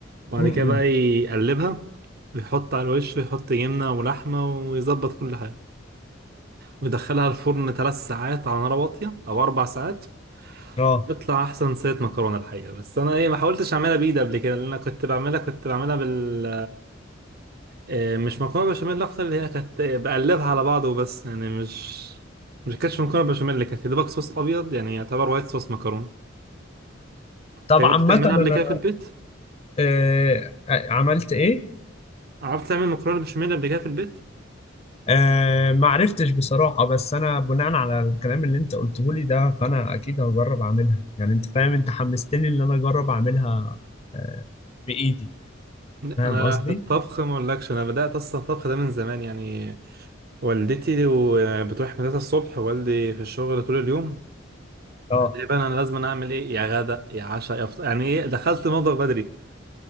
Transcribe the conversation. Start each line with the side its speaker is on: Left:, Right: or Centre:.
Right: وبعد
Left: امم
Right: كده بقى يقلبها ويحط على الوش ويحط جبنة ولحمة ويظبط كل حاجة ويدخلها الفرن ثلاث ساعات على نار واطية أو أربع ساعات
Left: اه
Right: وتطلع أحسن صينية مكرونة الحقيقة بس أنا إيه ما حاولتش أعملها بإيدي قبل كده لأن أنا كنت بعملها كنت بعملها بال آه، مش مكرونة بشاميل أكتر اللي هي كانت آه، بقلبها على بعض وبس يعني مش مش كانتش مكرونة بشاميل اللي كانت يا دوبك صوص أبيض يعني يعتبر وايت صوص مكرونة أنت
Left: طب عامة
Right: جربت تعملها
Left: انا
Right: قبل كده في البيت؟
Left: آه، آه، عملت ايه؟
Right: عرفت تعمل مكرونة بشاميل قبل كده في البيت؟
Left: أه ما عرفتش بصراحة بس أنا بناء على الكلام اللي أنت قلته لي ده فأنا أكيد هجرب أعملها يعني أنت فاهم أنت حمستني إن أنا أجرب أعملها أه بإيدي
Right: لا،
Left: فاهم
Right: انا
Left: قصدي؟
Right: في الطبخ ما اقولكش انا بدات اصلا الطبخ ده من زمان يعني والدتي و- بتروح مدرسه الصبح والدي في الشغل طول اليوم
Left: أه
Right: قلت لي بقى انا لازم اعمل ايه يا غدا يا عشاء يا فطار يعني ايه دخلت المطبخ بدري